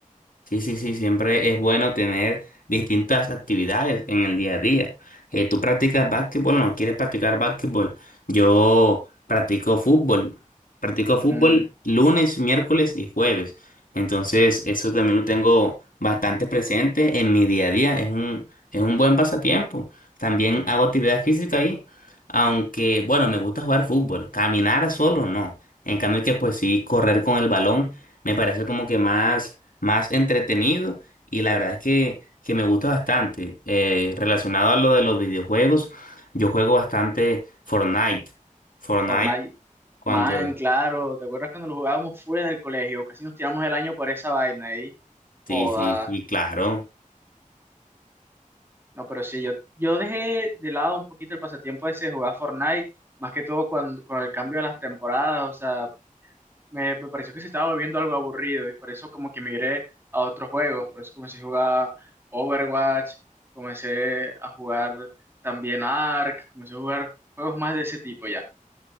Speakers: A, on the left (about 85°); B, on the right (about 15°).
A: Sí, sí, sí, siempre es bueno tener distintas actividades en el día a día. Eh, ¿tú practicas básquetbol? ¿No quieres practicar básquetbol? Yo practico fútbol. Practico fútbol
B: Mm,
A: lunes, miércoles y jueves. Entonces, eso también lo tengo bastante presente en mi día a día. Es un, es un buen pasatiempo. También hago actividad física ahí, aunque, bueno, me gusta jugar fútbol. Caminar solo, no. En cambio que, pues sí, correr con el balón. Me parece como que más, más entretenido y la verdad es que, que me gusta bastante. Eh, relacionado a lo de los videojuegos, yo juego bastante Fortnite. Fortnite
B: Fortnite.
A: cuando...
B: Man, claro, ¿te acuerdas cuando lo jugábamos fuera del colegio? Casi nos tiramos el año por esa vaina ahí.
A: Sí,
B: Joda.
A: sí, sí, claro.
B: No, pero sí, yo, yo dejé de lado un poquito el pasatiempo ese de jugar Fortnite, más que todo cuando, con el cambio de las temporadas, o sea, me, me pareció que se estaba volviendo algo aburrido y por eso como que migré a otros juegos, por eso comencé a jugar Overwatch, comencé a jugar también Ark, comencé a jugar juegos más de ese tipo ya.